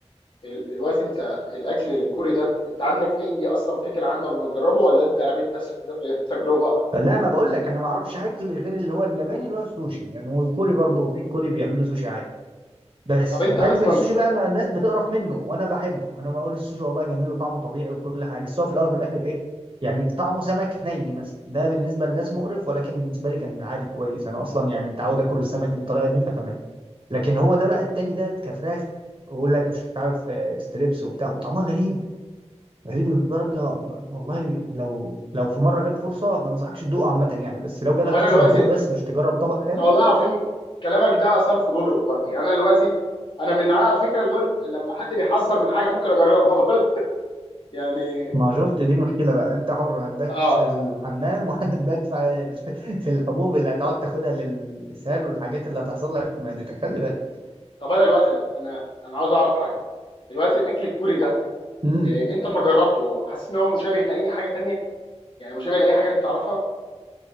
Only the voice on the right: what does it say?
لا ما بقول لك انا ما اعرفش اكل غير اللي هو الياباني اللي هو السوشي يعني والكوري برضه في كوري بيعملوا سوشي عادي بس
وكان
ده السوشي بقى انا الناس بتقرف منه وانا بحبه انا بقول السوشي والله جميل وطعمه طبيعي وكل حاجه بس هو في الاول وفي الاخر ايه يعني طعمه سمك ني مثلا ده بالنسبه للناس مقرف ولكن بالنسبه لي كان عادي كويس انا اصلا يعني متعود اكل السمك بالطريقه دي فتمام لكن هو
ده بقى التاني ده كفراخ ويقول لك مش عارف آه، ستريبس وبتاع وطعمها غريب غريب لدرجة والله لو لو في مرة جت فرصة ما انصحكش تدوقه عامة يعني بس لو جالك
فرصة
تدوق بس مش تجرب طبق كامل
ما شفت دي مشكلة بقى انت حر هتبات
في الحمام <laughs> وهتبات في في الحبوب اللي هتقعد تاخدها للإسهال والحاجات اللي هتحصل لك في معدتك خلي بالك
امم